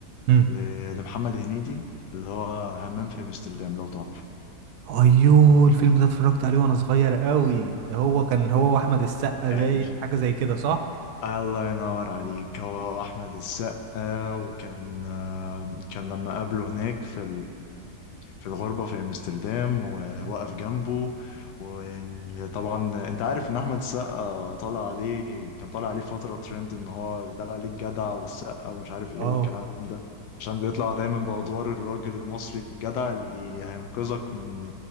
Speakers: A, on the right; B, on the left.
A: امم
B: ل- لمحمد هنيدي اللي هو همام في امستردام لو تعرفه
A: ايوه الفيلم ده اتفرجت عليه وانا صغير قوي ده هو كان هو واحمد السقا
B: قال
A: باين حاجة زي كده صح
B: الله ينور عليك هو احمد السقا وكان آه، كان لما قابله هناك في في الغربة في أمستردام وواقف
A: مم.
B: جنبه وطبعا أنت عارف إن أحمد السقا طالع عليه كان طالع عليه فترة ترند إن هو بيطلع عليه الجدع والسقا ومش عارف إيه
A: اه
B: والكلام ده عشان بيطلع دايما بأدوار الراجل المصري الجدع اللي هينقذك من